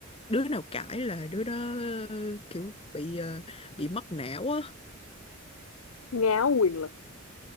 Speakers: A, on the left; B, on the left.
A: đứa nào cãi là đứa đó kiểu bị ờ, bị mất não á
B: ngáo quyền lực